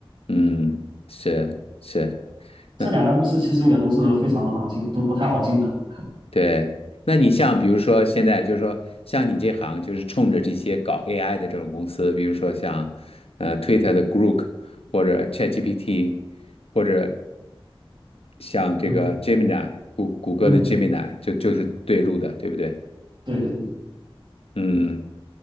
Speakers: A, on the left (about 85°); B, on the right (about 50°).
A: 嗯，是是，
B: 这两家公司其实也都是非常的难进，
A: 那
B: 都不太好进的。
A: 对，那你像比如说现在就是说像你这行就是冲着这些搞 AI 的这种公司，比如说像呃 Twitter 的 Grok 或者 ChatGPT 或者像这个
B: 嗯哼
A: Gemini 谷谷歌的
B: 嗯哼。
A: Gemini 就就是对路的，对不对？
B: 对对对
A: 嗯，